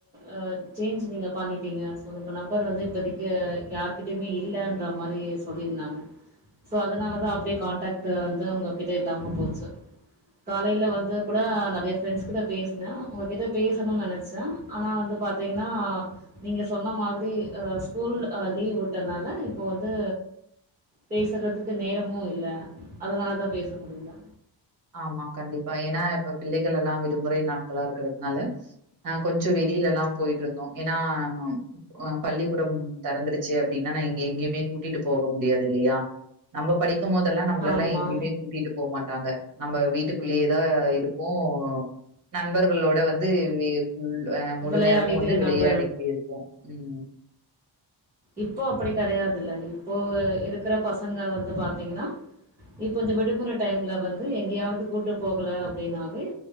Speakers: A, on the right (about 20°); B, on the right (about 45°).
A: அ ஆசேஞ்ச் நீங்க பண்ணிட்டீங்க சோ நம்பர் வந்து இப்போதைக்கு யாருகிட்டுமே இல்லைன்ற மாரி சொல்லியிருந்தாங்க சோ அதனாலதா அப்டியே கான்டாக்ட் வந்து உங்ககிட்ட இல்லாம போச்சு காலையில வந்து கூட நெறைய ப்ரெண்ட்ஸ் கிட்ட பேசினே உங்ககிட்ட பேசணும்னு நெனச்சேன ஆனா வந்து பாத்தீங்கன்னா நீங்க சொன்ன மாதிரி அ ஸ்கூல் அ லீவ் விட்டதுனால இப்போ வந்து பேசுறதுக்கு நேரமு இல்ல அதனால தான் பேச முடியல
B: ஆமா கண்டிப்பா ஏன்னா இப்ப பிள்ளைகள்லா விடுமுறை நாட்களா இருக்கிறதுனால ஆ கொஞ்சோ வெளியில எல்லா போயிட்ருந்தோ ஏன்னா அ பள்ளிக்கூடம் தெறந்துருச்சு அப் அப்டினா எங் எங்யுமே கூட்டிட்டு போக முடியாது இல்லையா நம்ம படிக்கு போதெல்லா நம்மளெல்லா
A: ஆமா
B: எங்கேயுமே கூட்டிட்டு போகமாட்டாங்க நம்ப வீட்டுக்குள்ளேயே தா இருப்போ நண்பர்களோட வந்து <unintelligible> <unintelligible> ல் முழு
A: விளையாடிட்டே
B: நேரமு வந்து விளையாடிக்கிட்டே
A: நம்ப
B: இருப்போ உம்
A: இப்போ அப்டி கெடையாதுல்ல இப்போ இருக்கிற பசங்க வந்து பாத்தீங்கன்னா இப்ப இந்த விடுமுறை டைம்ல வந்து எங்கேயாவது கூப்பிட்டு போகல அப்டினாவே